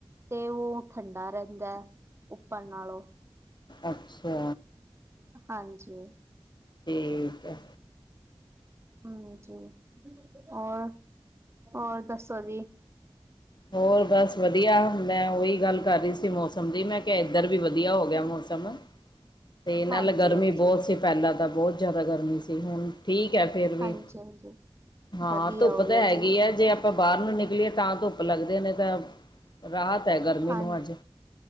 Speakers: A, on the right (about 25°); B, on the left (about 50°).
A: ਤੇ ਉਹ ਠੰਡਾ ਰਹਿੰਦਾ। ਉੱਪਰ ਨਾਲੋਂ।
B: ਅੱਛਾ,
A: ਹਾਂਜੀ,
B: ਠੀਕ ਐ
A: ਹਾਂਜੀ, ਹੋਰ ਹੋਰ ਦੱਸੋ ਜੀ।
B: ਹੋਰ ਬਸ ਵਧੀਆ ਮੈਂ ਉਹੀ ਗੱਲ ਕਰ ਰਹੀ ਸੀ ਮੌਸਮ ਦੀ ਮੈਂ। ਕਿ ਇੱਧਰ ਵੀ ਵਧੀਆ ਹੋ ਗਿਆ ਮੌਸਮ। ਅਤੇ ਇਹਨਾਂ
A: ਹਾਂਜੀ
B: ਨਾਲ ਗਰਮੀ
A: ਹਾਂਜੀ
B: ਬਹੁਤ ਸੀ ਪਹਿਲਾਂ ਤਾਂ ਬਹੁਤ ਜ਼ਿਆਦਾ ਗਰਮੀ ਸੀ ਹੁਣ ਠੀਕ ਹੈ ਫੇਿਰ ਵੀ
A: ਹਾਂਜੀ ਹਾਂਜੀ
B: ਹਾਂ
A: ਵਧੀਆ
B: ਧੁੱਪ
A: ਹੋ
B: ਤਾਂ
A: ਗਿਆ
B: ਹੈਗੀ
A: ਜੀ
B: ਹੈ ਜੇ ਆਪਾਂ ਬਾਹਰ ਨੂੰ ਨਿਕਲੀਏ ਤਾਂ ਧੁੱਪ, <unintelligible> ਲੱਗਦੀ ਨੀ ਤਾਂ ਰਾਹਤ ਐ ਗਰਮੀ
A: ਹਾਂ
B: ਨੂੰ ਅੱਜ